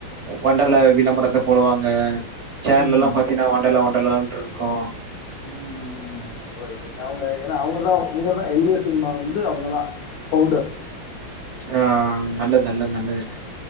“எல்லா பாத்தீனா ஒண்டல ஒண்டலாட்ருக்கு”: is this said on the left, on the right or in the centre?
Right